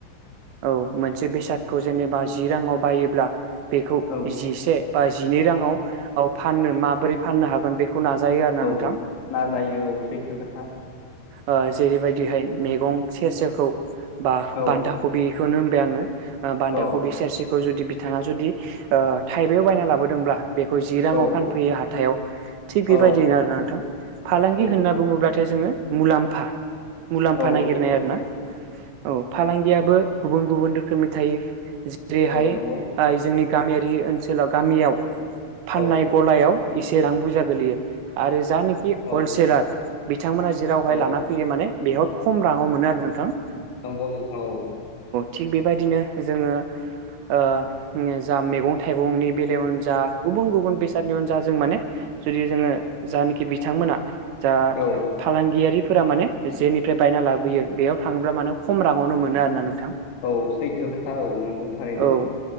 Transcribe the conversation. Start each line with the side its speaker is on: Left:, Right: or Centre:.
Right: औ मोनसे बेसाद खौ जेनेबा जि राङाव बायोब्ला बेखौ
Left: औ
Right: जिसे बा जिनै राङाव फाननो माबोरै फाननो हागोन बेखौ नाजायो आरो ना
Left: औ
Right: नोंथां ।
Left: नाजायो औ सैथो खोथा ।
Right: ओ जेरैबायदिहाय मेगं सेरसेखौ बा
Left: औ
Right: बान्दा खबिखौनो होनबाय आङो ओ बान्दा
Left: औ
Right: कबि सेरसेखौ जुदि बिथाङा जुदि ओ थाइबायाव बायना लाबोदोंब्ला बेखौ जि राङाव
Left: औ
Right: फानफैयो हाथायाव थिग बेबायदिनो
Left: औ
Right: आरो नोंथां फालांगि
Left: औ
Right: होनना
Left: नंगौ
Right: बुङोब्लाथाय जोङो मुलाम्फा मुलाम्फा
Left: औ
Right: नागिरनाय
Left: औ औ
Right: आरो ना औ फालांगियाबो गुबुन गुबुन रोखोमनि थायो जेरैहाय
Left: औ नंगौ
Right: जोंनि गामियारि ओनसोलाव गामियाव फाननाय
Left: औ
Right: गलायाव एसे रां बुरजा गोलैयो आरो जानोखि
Left: औ
Right: हलसेेलार बिथांमोना जेरावहाय
Left: औ
Right: लाना फैयो माने बेयाव खम राङाव मोनो आरो नोंथां ।
Left: नोंगौ नोथां औ ।
Right: थिग बेबायदिनो जोङो ओ जा मेगं थाइगंनि बेलायावनो जा गुबुन गुबुन बेसादनियावनो जा जों माने जुदि जोङो जानोखि बिथांमोना जा
Left: औ
Right: फालांगियारि फोर माने जेनिफ्राय बायना लाबोयो बेयाव थाङोब्ला माने खम रांआवनो मोनो आरोना नों
Left: औ सैथो खोथा औ नोंगौ थारैनो
Right: औ
Left: ।